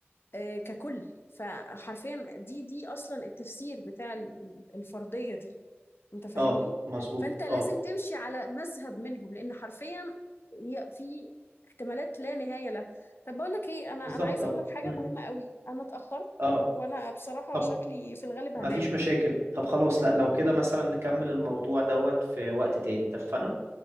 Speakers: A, on the left (about 60°); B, on the right (about 80°).
A: آه، ككل فحرفيا دي دي أصلا التفسير بتاع ال- الفرضية دي انت فاهمني
B: اه مظبوط
A: فانت لازم
B: اه
A: تمشي على مذهب منهم لان حرفيا هي في احتمالات لا نهايه لها طب بقول لك ايه انا
B: بالظبط
A: انا عايزه
B: اه
A: اقول لك حاجه
B: م.
A: مهمه قوي انا اتاخرت
B: اه
A: وانا بصراحه
B: طب
A: شكلي في الغالب
B: ما
A: هنام
B: فيش مشاكل طب خلاص لا لو كده مثلا نكمل الموضوع دوت في وقت تاني اتفقنا